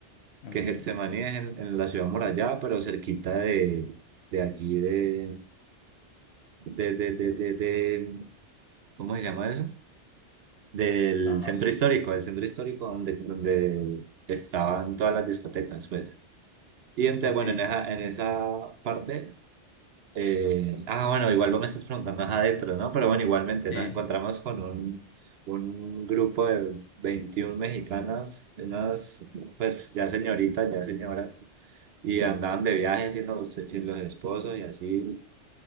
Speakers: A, on the left (about 65°); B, on the right (about 65°).
A: Ok,
B: que Getsemaní es en, en la ciudad murallada, pero cerquita de, de allí de, de, de, de, de, de- ¿cómo se llama eso? del
A: no, no
B: centro
A: sé.
B: histórico, del centro histórico donde, donde estaban todas las discotecas, pues. Y entonces,
A: Ok,
B: bueno, en esa, en esa parte, eh, ah, bueno, igual vos me estás preguntando ajá, adentro, ¿no? Pero bueno, igualmente
A: sí,
B: nos encontramos con un, un grupo de 21 mexicanas, unas, pues ya señoritas, ya señoras, y andaban de viaje sin los, sin los esposos y así.